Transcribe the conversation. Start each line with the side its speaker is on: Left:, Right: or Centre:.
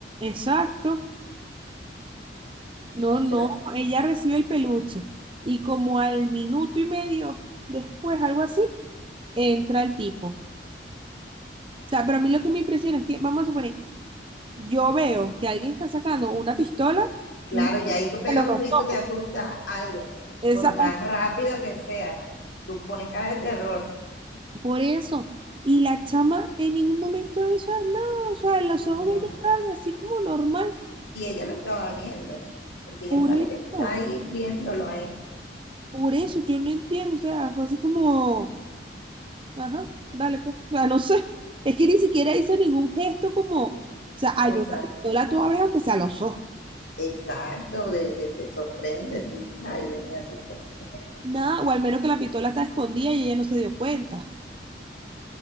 Right: Exacto. No, no,
Left: pero así
Right: ella recibe el peluche. Y como al minuto y medio después, algo así, entra el tipo. O sea, pero a mí lo que me impresiona es que, vamos a suponer, yo veo que alguien está sacando una pistola,
Left: Claro,
Right: y
Left: y ahí tú pegas
Right: pero
Left: un
Right: los
Left: grito,
Right: dos,
Left: te asusta algo,
Right: esa-
Left: por más rápido que sea, tú pones caras de terror,
Right: Por eso. Y la chama en ningún momento de eso, nada, o sea, los ojos
Left: no.
Right: de ella estaban así como normal.
Left: Y ella lo estaba viendo, porque
Right: Por
Left: ella sale
Right: eso,
Left: que está ahí viéndolo ahí.
Right: por eso, yo no entiendo, o sea, fue así como, ajá, vale, pues, ya no sé. Es que ni siquiera hizo ningún gesto como, o sea, al
Left: Exacto,
Right: ver una pistola tú abres aunque sea los ojos.
Left: exacto de, de, de sorprende, tú dices, ay, Dios mío, qué fuerte.
Right: Nada, o al menos que la pistola está escondida y ella no se dio cuenta.